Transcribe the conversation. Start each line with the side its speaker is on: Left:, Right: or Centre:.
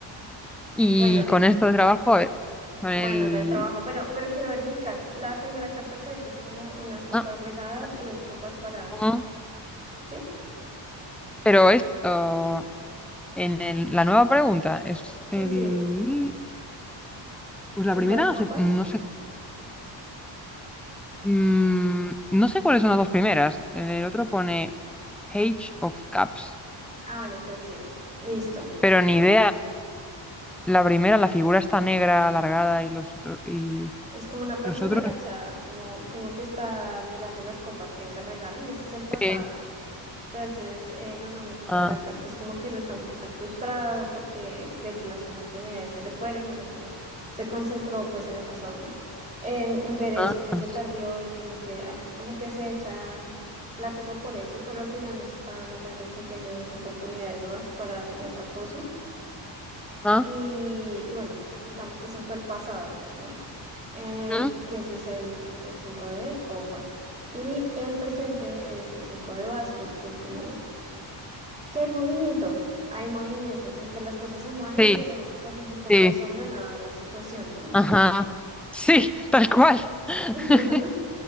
Centre: Y
Right: Bueno, eh,
Centre: con esto de trabajo, a ver, con
Right: bueno,
Centre: el...
Right: la de trabajo, pero, pero quiero verificar, la primera carta que ves es como unas copas
Centre: ah,
Right: regadas
Centre: bueno,
Right: y dos copas paradas,
Centre: ah,
Right: ¿sí?
Centre: Pero esto... En el- la nueva pregunta es
Right: Sí,
Centre: el...
Right: sí,
Centre: Pues la
Right: cinco
Centre: primera
Right: de
Centre: no
Right: copas.
Centre: sé, no sé, mm, no sé cuáles son las dos primeras. En el otro pone Page of Cups,
Right: Ah, bueno, entonces sí es. Listo.
Centre: pero ni idea. La primera, la figura está negra, alargada y los otros y
Right: Es como una persona
Centre: los otros.
Right: agachada, como, como que está mirando las copas que se regaron, ese es el pasado.
Centre: Sí.
Right: Entonces, eh, normalmente esa
Centre: Ah,
Right: carta es pues como que uno está un poquito frustrado porque ve que las oportunidades se le fueron y uno se concentró pues en el pasado, ¿no? En, en ver eso
Centre: ah,
Right: que
Centre: ah,
Right: se perdió y como que, ah, como que se echa látigo por eso, pero al final no se está dando cuenta que tiene dos oportunidades más para en otra cosa.
Centre: ah,
Right: Y, y bueno, digamos que eso fue el pasado, ¿no? En,
Centre: mm,
Right: que ese es el, el 5 de copas. Y el presente es el 5 de bastos, que es como que hay movimiento, hay movimiento, como que las cosas se mueven,
Centre: Sí,
Right: pero pues es un poco
Centre: sí,
Right: desordenada la situación, ¿no?
Centre: ajá, sí, tal cual. <laughs>
Right: <laughs>